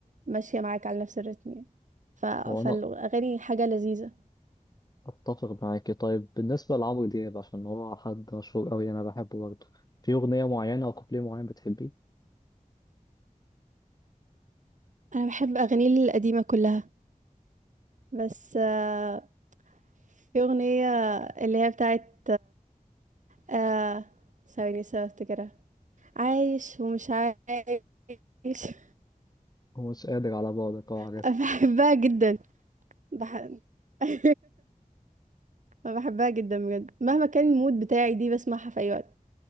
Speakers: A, on the right; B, on the left.
A: ماشية معاك على نفس الريتم يعني ف...
B: وانا
A: فالأغاني حاجة لذيذة
B: اتفق معاكي طيب بالنسبه لعمرو دياب عشان هو حد مشهور قوي انا بحبه برضه في اغنيه معينه او كوبليه معين بتحبيه
A: أنا بحب أغاني القديمة كلها بس آه، في أغنية اللي هي بتاعت آه ثواني بس افتكرها عايش ومش عايش
B: هو مش قادر على بعدك اه عارف
A: <laughs> بحبها جدا بح... <laughs> أنا بحبها جدا بجد مهما كان المود بتاعي دي بسمعها في اي وقت